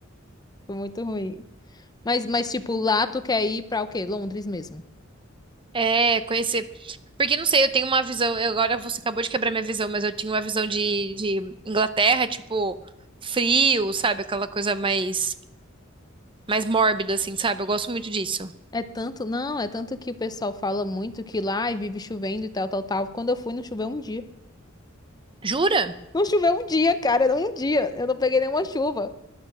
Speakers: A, on the left; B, on the right.
A: Foi muito ruim. Mas, mas tipo, lá tu quer ir pra o quê? Londres mesmo.
B: É, conhecer. Porque não sei, eu tenho uma visão. eu- Agora você acabou de quebrar minha visão, mas eu tinha uma visão de, de Inglaterra, tipo, frio, sabe? Aquela coisa mais. mais mórbida, assim, sabe? Eu gosto muito disso.
A: É tanto, não, é tanto que o pessoal fala muito que lá ai, vive chovendo e tal, tal, tal. Quando eu fui, não choveu um dia.
B: Jura?
A: Não choveu um dia, cara, não um dia. Eu não peguei nenhuma chuva.